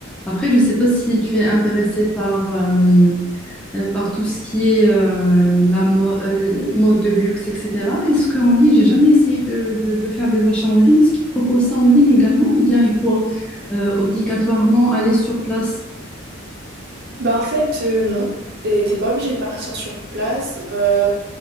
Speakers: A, in the centre; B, on the right.
A: Après, je ne sais pas si tu es intéressé par euh, euh, par tout ce qui est euh, la mo- euh, mode de luxe, etc. Est-ce qu'en ligne, j'ai jamais essayé de, de- de faire des achats en ligne. Est-ce qu'ils proposent ça en ligne également ou bien il faut euh, obligatoirement aller sur place?
B: Bah en fait, euh, non. Et T'es pas obligé de partir sur place. Euh,